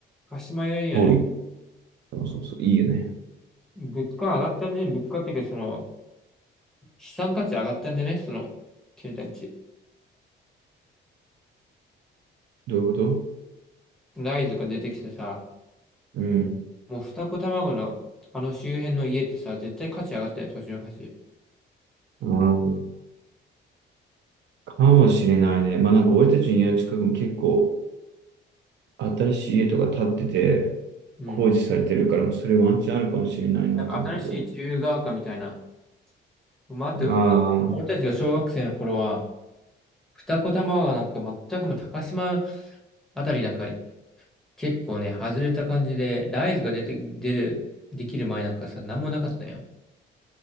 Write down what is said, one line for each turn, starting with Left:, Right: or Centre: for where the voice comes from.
Centre: 鹿島屋いいよね。
Right: 多い。そうそうそう、いいよね。
Centre: 物価上がったんじゃね物価っていうか、その、資産価値上がったんじゃねその、経たち
Right: どういうこと
Centre: ライズが出てきてさ、
Right: うん。
Centre: もう二子卵の、あの周辺の家ってさ、絶対価値上がったよね、土地の価値。
Right: あーかもしれないね。まあなんか俺たちの家の近くも結構新しい家とか建ってて、
Centre: うん。
Right: 工事されてるから、もうそれワンチャンあるかもしれないなと思うけど。
Centre: なんか新しい自由が丘みたいな。待ってと、
Right: ああ、
Centre: 待って俺たちが小学生の頃は、二子玉川なんか全くもう高島あたりなんか結構ね、外れた感じで、ライズが出て、出る、できる前なんかさ、なんもなかったやん。